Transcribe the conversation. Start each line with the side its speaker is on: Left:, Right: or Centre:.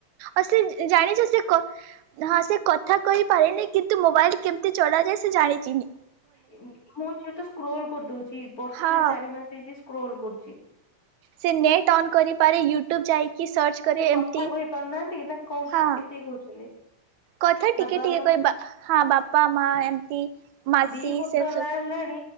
Right: ଅ ସେ ଜାଣିଚ କ ସେ ହଁ ସେ କଥା କହିପାରିନି କିନ୍ତୁ ମୋବାଇଲ କେମିତି ଚଳାଯାଏ ସେ ଜାଣିଚି ହିଁ।
Left: ଏ ମୁ ମୁଁ ଯେହେତୁ ସ୍କ୍ରୋଲ କରିଦଉଛି ବର୍ଷେ
Right: ହଁ
Left: ଚାରି ମାସ ହେଇଛି ସ୍କ୍ରୋଲ କରୁଚି।
Right: ସେ ନେଟ୍ ଅନ୍ କରିପାରେ ୟୁଟ୍ୟୁବ୍ ଯାଇକି ସର୍ଚ୍ଚ କରେ
Left: ସେ କଥା
Right: ଏମତି
Left: କହି ପାରୁନାହାନ୍ତି କି ନା କଣ
Right: ହଁ
Left: କେତିକି କହୁଛନ୍ତି
Right: କଥା
Left: ବାବା
Right: ଟିକେ ଟିକେ
Left: ମାମା
Right: କହି ବା ହଁ ବାପା ମା ଏମିତି ମାସି
Left: ଦି ବର୍ଷ
Right: ସେ
Left: ହେଲା
Right: ସବୁ
Left: ହେଲାଣି